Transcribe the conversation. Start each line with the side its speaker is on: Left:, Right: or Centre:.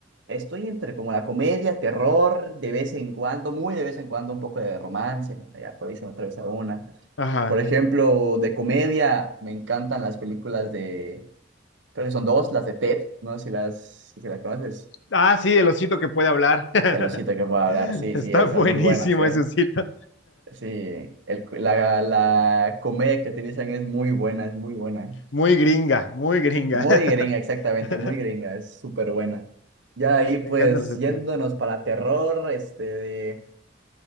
Right: estoy entre como la comedia, terror, de vez en cuando, muy de vez en cuando un poco de romance, ¿no? ya por ahí se me atraviesa una.
Left: Ajá.
Right: Por ejemplo, de comedia me encantan las películas de, creo que son dos, las de Ted, no sé si las, si las conoces.
Left: Ah, sí, el osito que puede hablar. <laughs>
Right: El osito que puedo hablar,
Left: <laughs>
Right: sí,
Left: Está
Right: sí, esas
Left: buenísimo
Right: muy buenas, ¿eh?
Left: ese sitio.
Right: Sí, el, la, la comedia que utilizan es muy buena, es muy buena.
Left: Muy gringa, muy gringa.
Right: Muy gringa, exactamente,
Left: <laughs>
Right: muy gringa, es súper buena. Ya de ahí,
Left: Sí,
Right: pues,
Left: Me encanta el CT.
Right: yéndonos para terror, este, de,